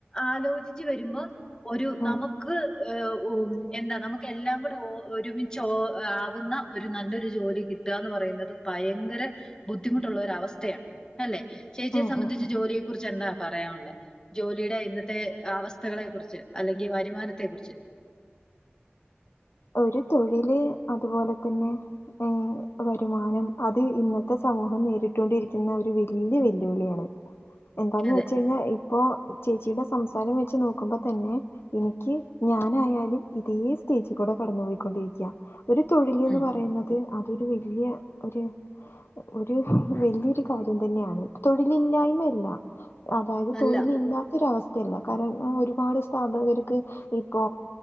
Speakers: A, on the left (about 20°); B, on the left (about 70°).
A: ആലോചിച്ച് വരുമ്പോം ഒരു
B: ഉം
A: നമുക്ക് ഹ് ഉ എന്താ നമുക്ക് എല്ലാം കൂടെ ഒരുമിച്ച് ആവുന്ന ഒരു നല്ലൊരു ജോലി കിട്ടി കിട്ടാന്ന് പറയുന്നത് ഭയങ്കര ബുദ്ധിമുട്ടുള്ള ഒര അവസ്ഥയാണ് അല്ലേ ചേച്ചിയെ
B: ഉം ഉം
A: സംബന്ധിച്ച്
B: ഉം ഉം
A: ജോലിയെ
B: ഉം
A: കുുറിച്ച് എന്താ പറയാനുള്ളേ ജോലിയുടെ ഇന്നത്തെ അവസ്ഥകളെ കുറിച്ച് അല്ലെങ്കിൽ വരുമാനത്തെ കുറിച്ച് <inaudible>
B: ഒരു തൊഴില് അതുപോലെ തന്നെ ഏ വരുമാനം അത് ഇന്നത്തെ സമൂഹം നേരിട്ടൊണ്ടിരിക്കുന്ന ഒരു വല്യ വെല്ലുവിളിയാണ് എന്താന്ന്
A: അതെ
B: വെച്ച കഴിഞ്ഞാൽ ഇപ്പോ ചേച്ചിയുടെ സംസാരം വെച്ച് നോക്കുമ്പോ തന്നെ എനിക്ക് ഞാനായാലും ഇതേ സ്റ്റേജിൽ കൂടെ കടന്നു പോയിക്കൊണ്ടിരിക്കയാ ഒരു തൊഴിൽ എന്ന്
A: ഉം
B: പറയുന്നത് അതൊരു വലിയ ഒരു ഒരു വലിയൊരു കാര്യം തന്നെയാണ് തൊഴിലില്ലായ്മയല്ല അതായത്
A: അല്ല
B: തൊഴില ഇല്ലാത്തൊരവസ്ഥ ല്ല കാരണം ഒരുപാട് സ്ഥാപകർക്ക് ഇപ്പൊ